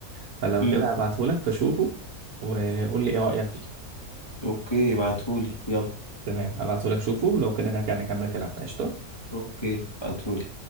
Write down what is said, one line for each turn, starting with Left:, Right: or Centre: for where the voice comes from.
Right: فلو
Left: امم
Right: كده هبعتهولك فشوفه وقول لي ايه رايك فيه
Left: اوكي ابعتهولي يلا
Right: تمام هبعتهولك شوفه لو كده نرجع نكمل كلامنا قشطه
Left: اوكي ابعتهولي